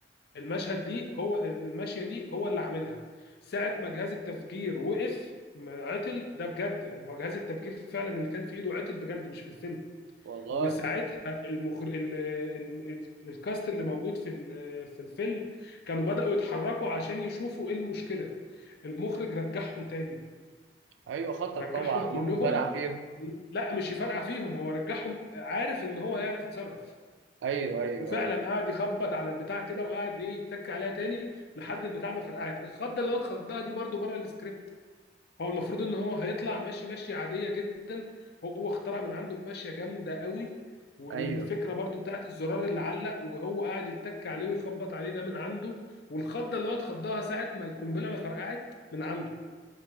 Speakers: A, on the left; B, on the right.
A: المشهد دي هو الماشيه دي هو اللي عاملها ساعه ما جهاز التفجير وقف ما عطل ده بجد يعني هو جهاز التفجير فعلا اللي كان في ايده عطل بجد مش في الفيلم
B: والله
A: وساعتها المخر... ال... ال... ال... الكاست اللي موجود في ال... في الفيلم كانوا بدأوا يتحركوا عشان يشوفوا ايه المشكله المخرج رجعهم تاني
B: ايوه خطر
A: رجعهم
B: طبعا ممكن
A: كلهم
B: فرع فيهم
A: لا مش يفرقع فيهم هو رجعهم عارف ان هو هيعرف يتصرف
B: ايوه ايوه
A: وفعلا
B: ايوه
A: قعد يخبط على البتاع كده وقعد ايه يتك عليها تاني لحد البتاع ما فرقعت الخضه اللي هو اتخضها دي برضو بره السكريبت هو المفروض ان هو هيطلع ماشي ماشيه عاديه جدا هو اخترع من عنده ماشيه جامده قوي والفكره
B: ايوه
A: برضو بتاعت الزرار اللي علق وهو قاعد يتك عليه ويخبط عليه ده من عنده والخضه اللي هو اتخضها ساعه ما القنبله ما فرقعت من عنده